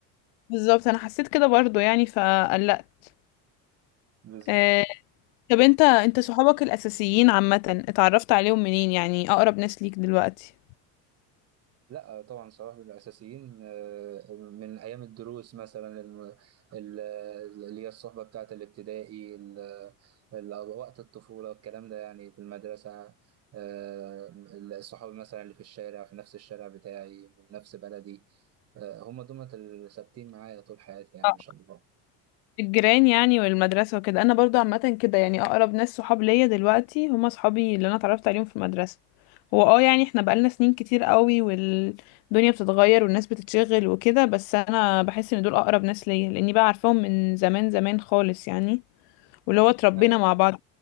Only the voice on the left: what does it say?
بالظبط انا حسيت كده برضو يعني فقلقت
آه... طب انت انت صحابك الاساسيين عامة اتعرفت عليهم منين يعني اقرب ناس ليك دلوقتي
اه
الجيران يعني والمدرسة وكده انا برضو عامة كده يعني اقرب ناس صحاب ليا دلوقتي هم صحابي اللي انا اتعرفت عليهم في المدرسة هو اه يعني احنا بقالنا سنين كتير قوي والدنيا بتتغير والناس بتتشغل وكده بس انا بحس ان دول اقرب ناس ليا لاني بقى عارفاهم من زمان زمان خالص يعني واللي هو اتربينا
مع
بعض